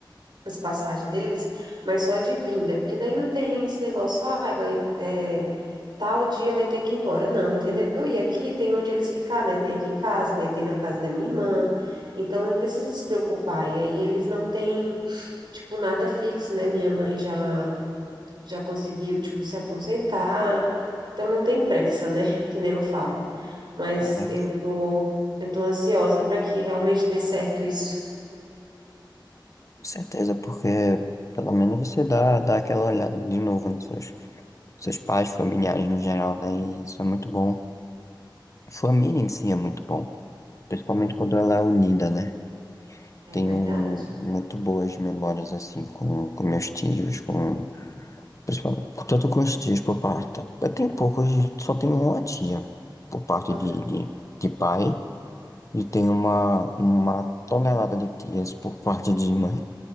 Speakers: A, on the right; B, on the left.
A: as passagens deles, mas só de vinda, porque daí não tem esse negócio, ah, vai, é, tal dia vai ter que ir embora, não, entendeu? E aqui tem onde eles ficar, né? Tem aqui em casa, daí tem na casa da minha irmã. Então, não precisa se preocupar. E aí, eles não têm tipo, nada fixo, né? Minha mãe já já conseguiu, tipo, se aposentar. Então não tem pressa, né? <laughs> Que nem eu falo. Mas
B: É verdade.
A: eu tô eu tô ansiosa para que realmente dê certo isso.
B: Com certeza, porque pelo menos você dá, dá aquela olhada de novo nos seus, seus pais, familiares no geral, né? E isso é muito bom. Família em si é muito bom, principalmente
A: É,
B: quando ela é unida, né?
A: é
B: Tenho
A: verdade.
B: um, muito boas memórias assim com, com meus tios, com, principalmente, tanto com os tios por parte. Eu tenho poucos, só tenho uma tia por parte
A: Aham.
B: de, de,
A: <laughs>
B: de pai e tenho uma, uma tonelada de tias por parte de mãe.